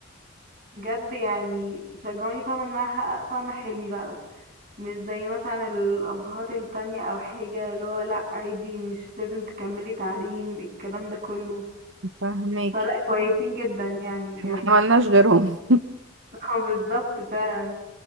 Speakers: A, on the right; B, on the right.
A: بجد يعني شجعوني فاهمة ان انا احقق فاهمة حلمي بقى مش زي مثلا الابهات التانية او حاجة اللي هو لا عادي مش لازم تكملي تعليم الكلام ده كله
B: فاهمك
A: فلا كويسين جدا يعني بجد
B: ما احنا ملناش غيرهم
A: <laughs> اه بالظبط فعلا